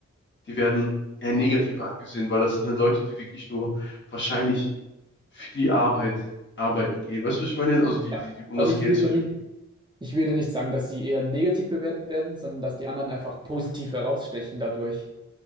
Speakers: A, on the left; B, on the right.
A: die werden eher negativer angesehen, weil das sind dann Leute, die wirklich nur wahrscheinlich für die Arbeit arbeiten gehen. Weißt du, was ich meine? Also die,
B: Ja.
A: die, die um
B: Also
A: das
B: ich
A: Geld
B: will
A: zu
B: ja
A: verdienen.
B: nicht, ich will ja nicht sagen, dass sie eher negativ bewertet werden, sondern dass die anderen einfach positiv herausstechen dadurch.